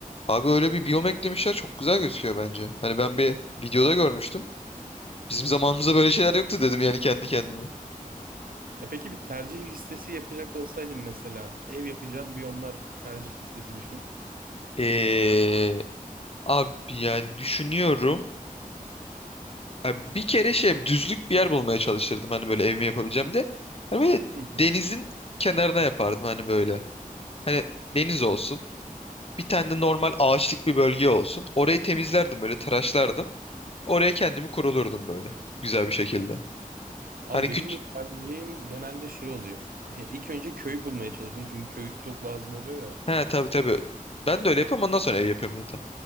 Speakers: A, on the left; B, on the right.
A: Abi öyle bir biyom eklemişler çok güzel gözüküyor bence. Hani ben bir videoda görmüştüm. Bizim zamanımızda böyle şeyler yoktu dedim yani kendi kendime.
B: E peki bir tercih listesi yapacak olsaydım mesela ev yapacağım biyomlar tercih listesi düşün.
A: Ee, abi yani düşünüyorum. Ya bir kere şey düzlük bir yer bulmaya çalışırdım hani böyle evimi yapabileceğim de. Hani böyle
B: Hı hı.
A: denizin kenarına yapardım hani böyle. Hani deniz olsun. Bir tane de normal ağaçlık bir bölge olsun. Orayı temizlerdim böyle tıraşlardım. Oraya kendimi kurulurdum böyle. Güzel bir şekilde.
B: Abi
A: Hani
B: benim
A: küt...
B: de tercihim genelde şey oluyor. E, İlk önce köy bulmaya çalışıyorum çünkü köy çok lazım oluyor ya.
A: He tabii tabii. Ben de öyle yapıyorum ondan sonra ev yapıyorum zaten.